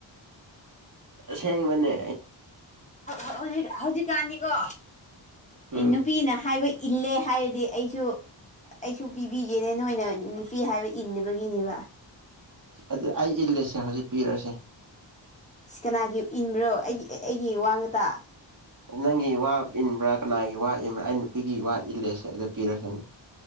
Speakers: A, on the right; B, on the left.
A: ꯁꯦꯡꯕꯟꯅꯦ
B: ꯍꯧꯖꯤꯛ ꯍꯧꯖꯤꯛꯀꯥꯟꯅꯤꯀꯣ
A: ꯎꯝ
B: ꯅꯨꯄꯤꯅ ꯍꯥꯏꯕ ꯏꯜꯂꯦ ꯍꯥꯏꯔꯗꯤ ꯑꯩꯁꯨ ꯑꯩꯁꯨ ꯄꯤꯕꯤꯒꯦꯅꯦ ꯅꯣꯏꯅ ꯅꯨꯄꯤ ꯍꯥꯏꯕ ꯏꯟꯅꯕꯒꯤꯅꯦꯕ
A: ꯑꯗꯨꯗ ꯑꯩ ꯏꯜꯂꯁꯦ ꯍꯧꯖꯤꯛ ꯄꯤꯔꯨꯔꯁꯦ
B: ꯁꯤ ꯀꯅꯥꯒꯤ ꯏꯟꯕ꯭ꯔꯣ ꯑꯩꯒꯤ ꯑꯩꯒꯤ ꯋꯥ ꯉꯇ
A: ꯅꯪꯒꯤ ꯋꯥ ꯏꯟꯕ꯭ꯔꯥ ꯀꯅꯥꯒꯤ ꯋꯥ ꯏꯟꯕ꯭ꯔꯥ ꯑꯩ ꯅꯨꯄꯤꯒꯤ ꯋꯥ ꯏꯜꯂꯦꯁꯦ ꯑꯗꯨꯗ ꯄꯤꯔꯁꯅ